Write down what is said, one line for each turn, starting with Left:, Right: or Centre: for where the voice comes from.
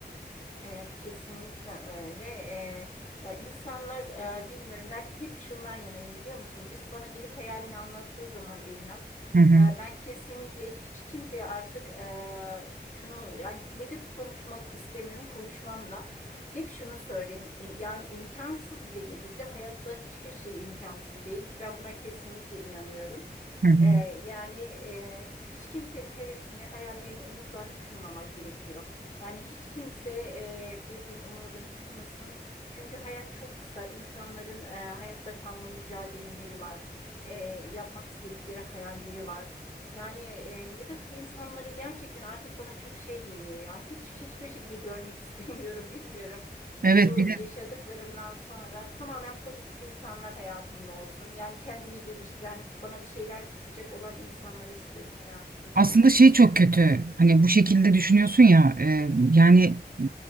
Left: Evet kesinlikle öyle. Ee, ya insanlar e, bilmiyorum ben hep şundan yanayım biliyor musun? Birisi bana gelip hayalini anlattığı zaman Birnaz
Right: Hı hı,
Left: e, ben kesinlikle hiç kimseye artık e, şunu yani negatif konuşmak istemiyorum konuşmamla hep şunu söylerim. İ- Yani imkansız bile gözükse hayatta hiçbir şey imkansız değil. Ben buna kesinlikle inanıyorum.
Right: hı hı.
Left: Ee, yani e, hiç kimsenin hevesini, hayallerini, umutlarını kırmamak gerekiyor. Yani hiç kimse e, birbirinin umudunu kırmasın. Çünkü hayat çok kısa. İnsanların e, hayatta kalma mücadeleleri var. E, yapmak istedikleri hayalleri var. Yani e, negatif insanları gerçekten artık bana çok şey geliyor ya. Hiç hiçbir şekilde görmek <laughs> istemiyorum, bilmiyorum.
Right: Evet
Left: Şu
Right: bir de
Left: yaşadıklarımdan sonra tamamen pozitif insanlar hayatımda olsun. Yani kendini geliştiren, bana bir şeyler katacak olan insanlar istiyorum hayatımda.
Right: aslında şey çok kötü. Hani bu şekilde düşünüyorsun ya e, yani e,